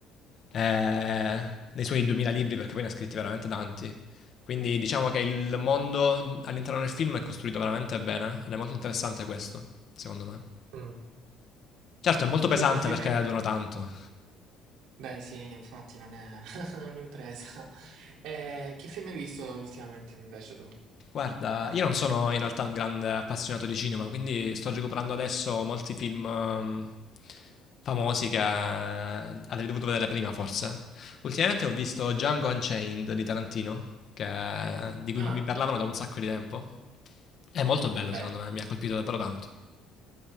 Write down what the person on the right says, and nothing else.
Mm.
Tu che film
hai?
Beh, sì, infatti non è <laughs> un'impresa. Eh, che film hai visto ultimamente invece tu?
Mhm.
Ah,
bello.